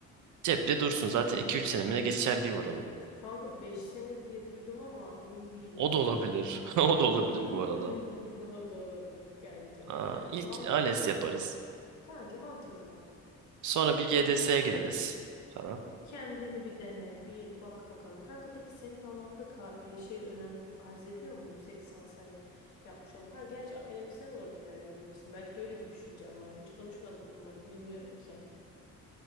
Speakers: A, on the right (about 75°); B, on the left (about 70°).
A: Cepte dursun zaten 2-3 senemine geçerliği var onun.
B: Kanka 5 sene diye duydum ama emin değilim.
A: O da olabilir <laughs> o da olabilir
B: <laughs>
A: bu arada.
B: O da olabilir kanki.
A: Aa, ilk
B: Vallahi
A: ALES
B: çok
A: yaparız
B: kanki mantıklı.
A: sonra bir
B: Bir,
A: YDS'ye gireriz falan.
B: bir kendini bir dene, bir bak bakalım. Kanka peki senin alanda ka- e, şey önem arz ediyor mu yüksek lisans hani yapmış olmak? Kanka gerçi akademisyen olarak ilerleyebilirsin. Belki de öyle bir düşüncem var. Hiç konuşmadık bunları bilmiyorum ki.